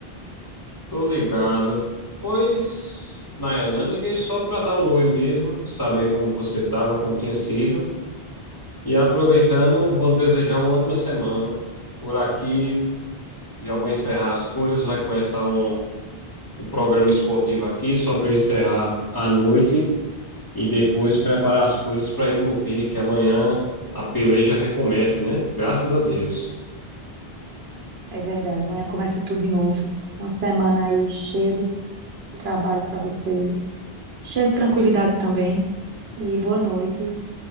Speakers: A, on the left; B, on the right.
A: Tô ligado. Pois, Nayana, eu liguei só para dar um oi mesmo, saber como você estava, como tinha sido. E aproveitando, vou lhe desejar uma ótima semana. Por aqui, já vou encerrar as coisas, vai começar um, um programa esportivo aqui, só para eu encerrar à noite e depois preparar as coisas para ir dormir, que amanhã a peleja recomeça, né? Graças a Deus.
B: É verdade. Amanhã começa tudo de novo. Uma semana aí cheia de trabalho pra você, cheia de tranquilidade também. E boa noite,